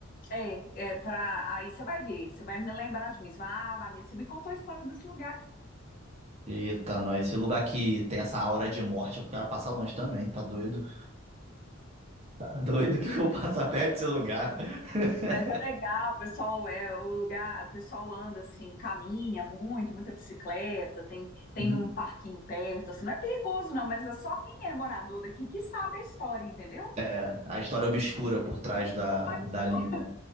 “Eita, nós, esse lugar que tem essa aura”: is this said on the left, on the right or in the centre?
Right